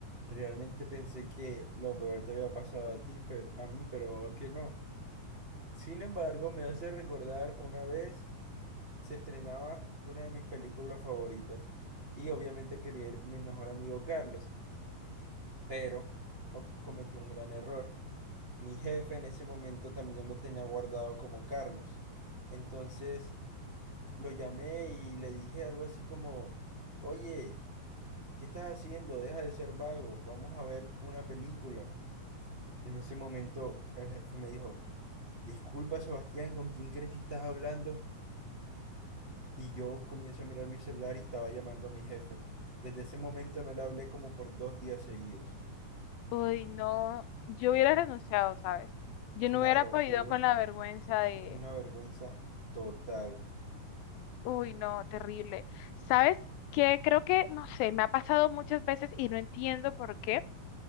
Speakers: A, on the right; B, on the left.
A: Realmente pensé que lo peor te había pasado a ti, pero a mí, pero que no. Sin embargo, me hace recordar una vez se estrenaba una de mis películas favoritas y obviamente quería ir con mi mejor amigo Carlos. pero o- cometí un gran error. Mi jefe en ese momento también lo tenía guardado como Carlos. Entonces lo llamé y le dije algo así como, oye, ¿qué estás haciendo? Deja de ser vago, vamos a ver una película. En ese momento el jefe me dijo, disculpa Sebastián, ¿con quién crees que estás hablando? Y yo comienzo a mirar mi celular y estaba llamando a mi jefe. Desde ese momento no le hablé como por dos días seguidos.
B: Uy, no, yo hubiera renunciado, ¿sabes? Yo
A: Claro,
B: no hubiera podido
A: fue
B: con la vergüenza de,
A: Una vergüenza total.
B: uy, no, terrible. ¿Sabes qué? Creo que, no sé, me ha pasado muchas veces y no entiendo por qué.